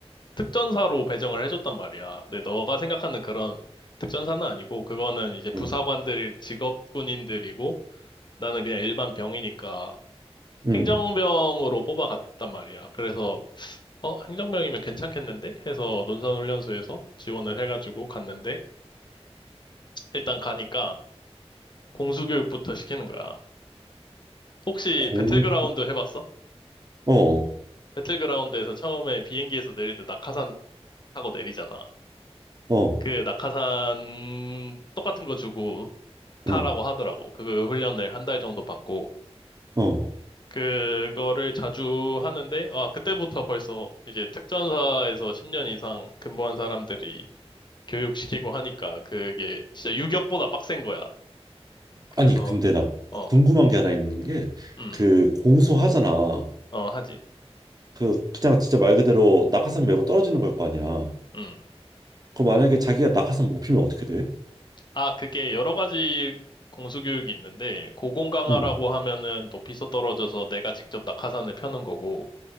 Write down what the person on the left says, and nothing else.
특전사로 배정을 해줬단 말이야. 근데 너가 생각하는 그런 특전사는 아니고, 그거는 이제 부사관들
직업군인들이고, 나는 그냥 일반 병이니까
행정병으로 뽑아갔단 말이야. 그래서, 어, 행정병이면 괜찮겠는데? 해서 논산 훈련소에서 지원을 해가지고 갔는데, 일단 가니까, 공수교육부터 시키는 거야. 혹시
배틀그라운드 해봤어?
배틀그라운드에서 처음에 비행기에서 내릴 때 낙하산 타고 내리잖아.
그 낙하산 똑같은 거 주고 타라고
하더라고. 그 훈련을 한 달 정도 받고.
그거를 자주 하는데, 아, 그때부터 벌써 이제 특전사에서 10년 이상 근무한 사람들이 교육시키고 하니까 그게 진짜 유격보다 빡센 거야. 그래서,
어,
음,
어, 하지.
음.
아, 그게 여러 가지 공수교육이 있는데, 고공강화라고
하면은 높이서 떨어져서 내가 직접 낙하산을 펴는 거고,